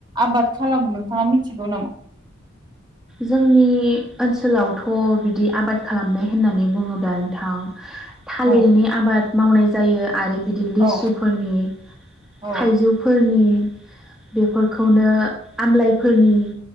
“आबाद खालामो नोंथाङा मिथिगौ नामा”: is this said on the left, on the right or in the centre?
Right